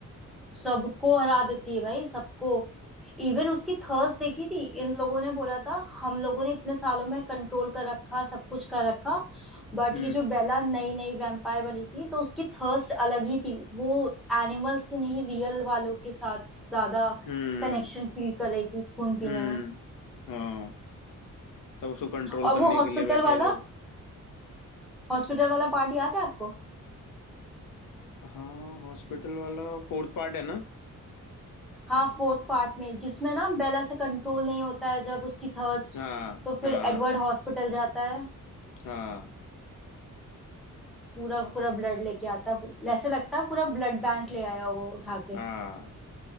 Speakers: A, in the centre; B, on the left.
A: सबको हरा देती है भाई सबको इवन उसकी थर्स देखी थी इन लोगों ने बोला था हम लोगों ने इतने सालों में कंट्रोल कर रखा सब कुछ कर रखा बट
B: हम्म
A: ये जो बेला नई नई वैम्पायर बनी थी तो उसकी थर्स्ट अलग ही थी वो एनिमल्स से नहीं रियल वालों के साथ ज्यादा
B: हम्म
A: कनेक्शन फील कर रही थी खून पीने
B: हम्म
A: में
B: हाँ तब उसको कंट्रोल
A: और
B: करने
A: वो हॉस्पिटल
B: के लिए बैठे
A: वाला
B: हैं लोग
A: हॉस्पिटल वाला पार्ट याद है आपको
B: हाँ हॉस्पिटल वाला फोर्थ पार्ट है ना
A: हाँ फोर्थ पार्ट में जिसमें ना बेला से कंट्रोल नहीं होता है जब उसकी थर्स्ट
B: हाँ
A: तो फिर
B: हाँ
A: एडवर्ड हॉस्पिटल जाता है
B: हाँ
A: पूरा का पूरा ब्लड लेके आता है ऐसे लगता है पूरा ब्लड बैंक ले आया हो वो उठा के
B: हाँ